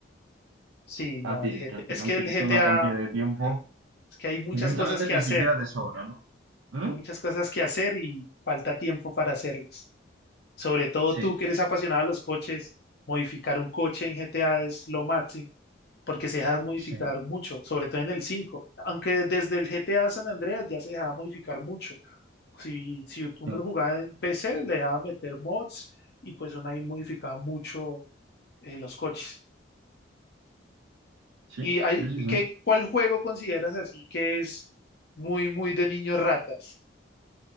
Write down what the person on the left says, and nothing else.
Sí, no,
el GT
Es
que el
GTA,
es que hay muchas
cosas
que
hacer,
hay muchas cosas que hacer y falta tiempo para hacerlas. Sobre todo
tú que eres apasionado a los coches, modificar un coche en GTA es lo máximo, porque se deja modificar
mucho, sobre todo en el 5, aunque desde el GTA San Andreas ya se dejaba modificar mucho. Si, si uno
lo jugaba en PC, le dejaba meter mods y pues uno ahí modificaba mucho eh, los coches.
¿Y hay,
qué, cuál juego consideras así que es muy, muy de niños ratas?